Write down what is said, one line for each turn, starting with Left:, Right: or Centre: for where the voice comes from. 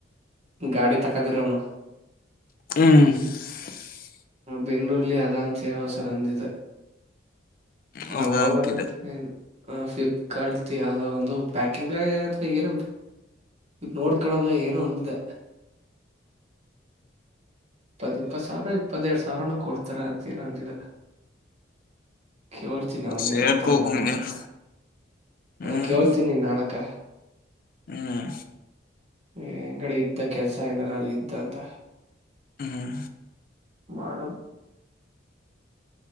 Right: ಗಾಡಿ ತಕದಿರೋನು.
Left: ಹ್ಮ್.
Right: ಬೆಂಗ್ಗಳೂರ್ಲ್ಲಿ ಅದ ಅಂತ ಹೇಳಿ ಏನೋ ಒಂದ ಸರ್ ಅಂದಿದ.
Left: ಹೌದ
Right: ನಾವ ಹೋಗರಂತ
Left: ಅಂತಿದ್ದ
Right: <unintelligible> ಹ ಫ್ಲಿಪ್ಕಾರ್ಟ್ದ ಯಾವ್ಯಾವ ಒಂದು ಪ್ಯಾಕಿಂಗ ಅಥವಾ ಏನು ನೋಡ್ಕಳುದ ಏನೋ ಅಂದಿದ್ದ. ಇಪ್ಪತ್ ಇಪ್ಪತ್ ಸಾವಿರ ಇಪ್ಪತ್ತೆರಡು ಸಾವಿರನ ಕೊಡ್ತಾರೆ ಅಂತ ಏನೋ ಅಂದಿದ ಕೇಳ್ತೀನಿ ಅವನಿ
Left: ಸೇರ್ಕೋಗ
Right: ಬತ್ತನಾಡ
Left: ಹಂಗೇನ
Right: ನಾಳಕ್ಕ
Left: ಹ್ಮ್
Right: ಅದ ಕೇಳ್ತೀನಿ ನಾಳಕ್ಕ
Left: ಹ್ಮ್.
Right: ಏ ಅಂಗಡಿ ಇದ್ದ ಕೆಲ್ಸ ಏನಾರ ಅಲ್ಲ ಇದ್ದ ಅಂತ
Left: ಹ್ಮ್.
Right: ಮಾಡುನು.